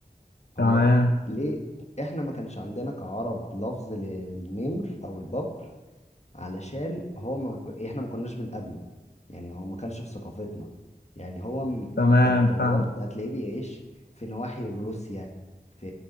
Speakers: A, on the left; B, on the left.
A: هو
B: تمام
A: ليه احنا ما كانش عندنا كعرب لفظ للنمر او الببر علشان هو ما ك... احنا ما كناش بنقابله يعني هو ما كانش في ثقافتنا يعني هو م...
B: تمام
A: انت لو دورت
B: فاهم
A: هتلاقيه بيعيش في نواحي روسيا في